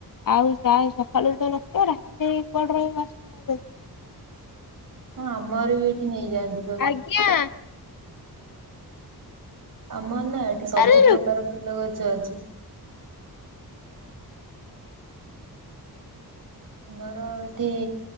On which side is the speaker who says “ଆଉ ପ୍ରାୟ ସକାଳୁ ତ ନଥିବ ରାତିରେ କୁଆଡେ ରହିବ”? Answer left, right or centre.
Left